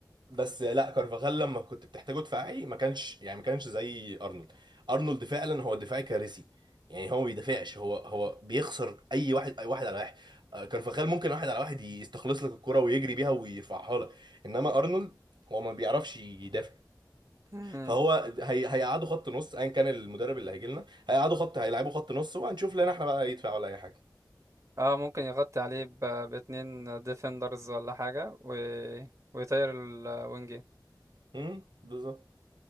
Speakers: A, on the right (about 85°); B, on the right (about 40°).
A: بس لا كارفاخال لما كنت بتحتاجه دفاعي ما كانش يعني ما كانش زي ارنولد ارنولد فعلا هو دفاعي كارثي يعني هو ما بيدافعش هو هو بيخسر اي واحد اي واحد على واحد آه، كارفاخال ممكن واحد على واحد يستخلص لك الكرة ويجري بيها ويرفعها لك انما ارنولد هو ما بيعرفش يدافع
B: مم.
A: فهو هي... هيقعدوا خط نص ايا كان المدرب اللي هيجي لنا هيقعدوا خط هيلعبوا خط نص وهنشوف لنا احنا بقى يدفع ولا اي حاجه
B: اه ممكن يغطي عليه ب... باتنين ديفندرز ولا حاجة و... ويطير الوينجين
A: امم بالظبط